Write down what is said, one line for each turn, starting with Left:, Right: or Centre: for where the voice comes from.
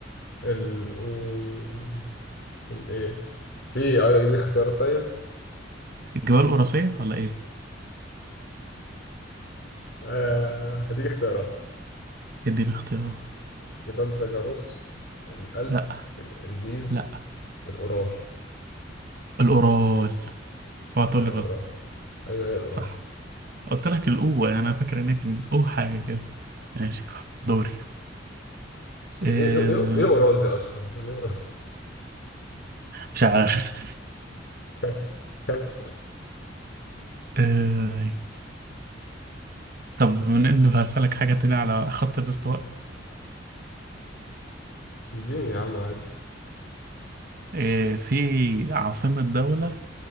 Left: ال و... ال ايه في اه دي اختيارات طيب <laughs>
Right: جبال قراصية ولا ايه؟
Left: آه، هديك اختيارات
Right: اديني اختيارات
Left: جبال زاجاروس الألب
Right: لا
Left: الإنديز
Right: لا
Left: الأورال
Right: الأورال اوعى تقول
Left: آه،
Right: لي غلط
Left: قرعة أيوه هي القرعة
Right: صح قلت لك الأو يعني انا فاكر ان هي كان أو حاجة كده ماشي دوري
Left: بس
Right: إيه
Left: إيه إيه إيه إيه قرال دي أصلا؟ <laughs> يعني إيه قرال؟
Right: مش عارف
Left: <laughs> ماشي كم
Right: إيه طب بما انه هسألك حاجة تانية على خط الاستواء
Left: اديني يا عم عادي
Right: إيه في عاصمة دولة